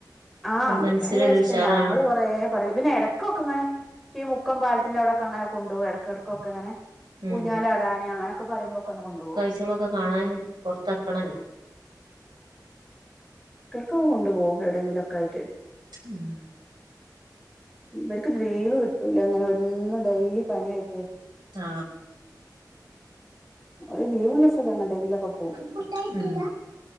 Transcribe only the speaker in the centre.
ആ
ഭയങ്കര
ഇഷ്ടന്നെ
ഞങ്ങള് കൊറേ പറയും പിന്നെ ഇടക്കൊക്കെന്ന് ഈ മുക്കം പാലത്തിൻന്റെ അവിടൊക്കെങ്ങനെ കൊണ്ടോകും എടക്കെടക്കൊക്കെങ്ങനെ
ഊഞ്ഞാലാടാന് അങ്ങനൊക്കെ പറയുമ്പോക്കൊന്ന് കൊണ്ടോവും
കൊണ്ട് പോകും എവിടെങ്കിലൊക്കായിട്ട്
ഇവര്ക്ക് ലീവ് കിട്ടൂലങ്ങനെന്നും ഡെയിലി പണിയായിട്ടെ
ളും ലീവ്ള്ളീസ്സം എങ്ങട്ടങ്കിലൊ പോവും